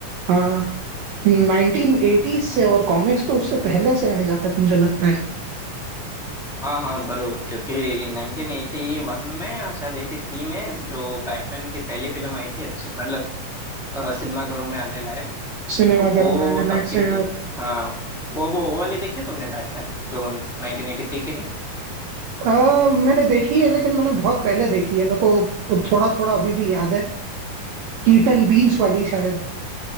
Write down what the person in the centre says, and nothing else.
हाँ हाँ जरूर क्योंकि 1981 में या शायद 83 में जो बैटमैन की पहली फिल्म आई थी अच्छी मतलब अ, सिनेमा घरों में आने लायक
तो वो
तब
की थी हाँ वो वो वो वाली देखी है तुमने बैटमैन जो 1983 की थी